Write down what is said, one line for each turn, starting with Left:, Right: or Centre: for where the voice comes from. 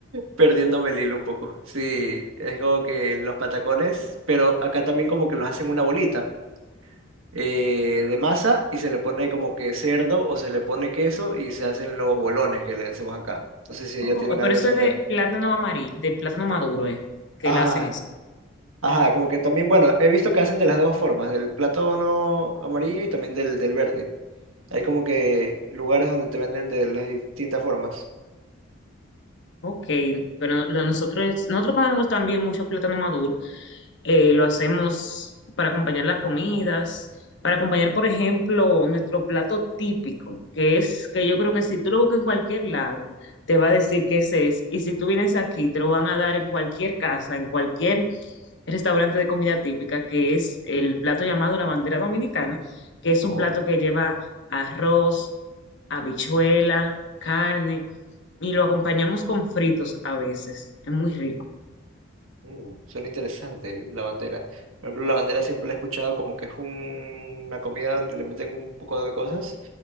Right: perdiéndome el hilo un poco. Sí, es como que los patacones, pero acá también como que los hacen una bolita eh, de masa y se le pone como que cerdo o se le pone queso y se hacen los bolones que le hacemos acá. No sé si allá
Left: Oh,
Right: tienen algo
Left: pero eso
Right: similar.
Left: es de plátano amarillo, de plátano maduro, eh, que
Right: Ajá,
Left: le hacen eso.
Right: ajá, como que también, bueno, he visto que hacen de las dos formas, del plátano amarillo y también del, del verde. Hay como que lugares donde te venden de las distintas formas.
Left: Ok, pero lo- nosotros, nosotros comemos también mucho plátano maduro, eh, lo hacemos para acompañar las comidas, para acompañar, por ejemplo, nuestro plato típico, que es que yo creo que si tú lo buscas en cualquier lado, te va a decir que ese es. Y si tú vienes aquí, te lo van a dar en cualquier casa, en cualquier restaurante de comida típica, que es el plato llamado la bandera dominicana, que es
Right: Oh,
Left: un plato que lleva arroz, habichuela, carne, y lo acompañamos con fritos a veces. Es muy rico.
Right: mm, suena interesante la bandera. Por ejemplo, la bandera siempre la he escuchado como que es un- una comida donde le meten un poco de cosas.